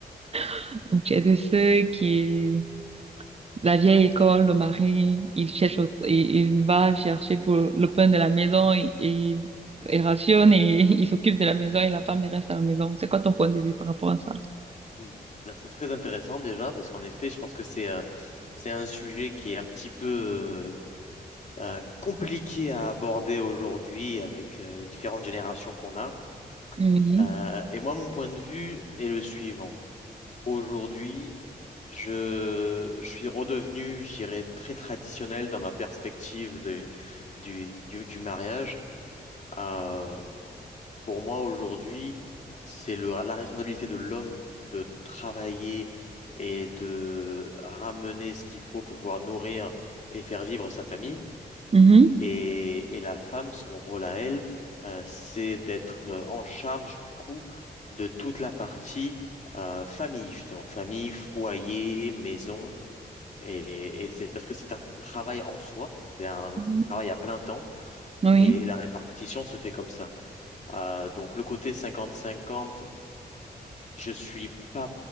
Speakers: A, on the right; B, on the left.
A: <laughs> ou tu es de ceux qui, la vieille école, le mari, il cherche, au- il, il va chercher pour le pain de la maison et, et il rationne et <laughs> il s'occupe de la maison et la femme elle reste à la maison. C'est quoi ton point de vue par rapport à ça?
B: Mm. Là, C'est très intéressant déjà parce qu'en effet, je pense que c'est euh, c'est un sujet qui est un petit peu euh, euh, compliqué à aborder aujourd'hui avec euh, les différentes générations qu'on a.
A: Oui.
B: Euh, et moi, mon point de vue est le suivant. Aujourd'hui, je, je suis redevenu, je dirais, très traditionnel dans ma perspective de- du, du, du mariage. Euh, Pour moi, aujourd'hui, c'est le- la responsabilité de l'homme de travailler et de ramener ce qu'il faut pour pouvoir nourrir et faire vivre sa famille.
A: Mhm.
B: Et, et la femme, son rôle à elle, euh, c'est d'être euh, en charge du coup de toute la partie euh, famille, justement, famille, foyer, maison. Et, et c'est parce que c'est un travail en soi, c'est un
A: Mhm.
B: travail à plein temps
A: Oui.
B: et la répartition se fait comme ça. Euh, donc le côté cinquante-cinquante, je suis pas